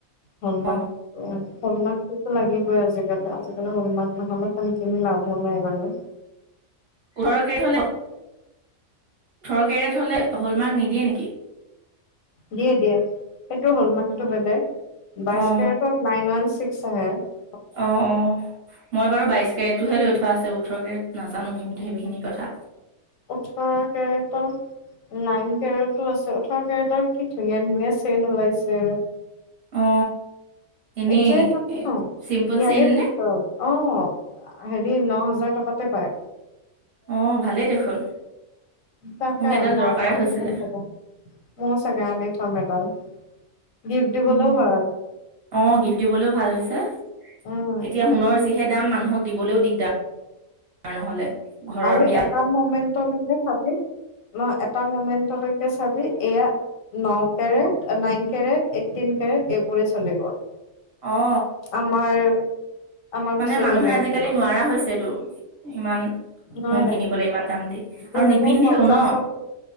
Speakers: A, on the left; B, on the right.
A: হল
B: অ
A: মাৰ্ক - হল মাৰ্কতুটো লাগিব। আজিকালি - আজিকালি হল হলমাক নহলে সোনকিনি লাভো নাই বাৰু।
B: ওঠৰ কেৰেট হলে ওঠৰ কেৰিয়াত হলে হল মাৰ্ক নিদিয়ে নেকি?
A: দিয়ে - দিয়ে সেইটো হলমাৰ্কটো
B: অ
A: বেলেগ বাই
B: অ
A: কেট নাইন ৱান চি ছ হে <unintelligible>
B: অ - অ মই বাৰু বাইশ কেট টোহে লৈ থোৱা আছে ওঠৰকে নাজানো সিতো সেইখিনি কথা।
A: উঠৰ কেৰেটৰ। নাইন কেৰেটটো আছে ওঠৰ কেৰেটৰ কি ধুনীয়া ধুনীয়া চেইন ওলাইছে
B: অ এনে
A: এতিয়াই পাম ন
B: চিম্পল
A: ইয়াৰে
B: চেইন
A: পিছত
B: নে
A: অ, হেৰি ন হাজাৰ টকাতে পায়।
B: অ ভালেই দেখোন
A: তাকা
B: মোক এডাল
A: মই
B: দৰকাৰে
A: আমি
B: হৈছিলে
A: চকা মোৰ চাগে আনি থম এডাল। গিফ্ট দিবলৈও
B: উম,
A: ভাল
B: অহ, গিফ্ট দিবলৈও ভাল হৈছে
A: উম
B: এতিয়া সোণৰ যি সেই দাম মানুহক দিবলৈও দিগদাৰ নহ'লে। ঘৰৰ
A: আৰু
B: বিয়া
A: এটা মমেণ্টলৈকে চাবি নহ এটা মমেন্টলৈকে চাবি এয়া ন carat nine carat eighteen carat এইবোৰে চলিব
B: অ
A: আমাৰ আমাৰ
B: মানে
A: পিছৰ
B: মানুহে
A: জেনেৰেশ্যনত
B: আজিকালি নোৱাৰা হৈছেতো ইমান
A: নহয়
B: সোণ কিনিবলৈ ইমান দাম দি আৰু
A: দুহেজাৰ
B: নিপিন্ধেও
A: পঞ্চাশৰ
B: ন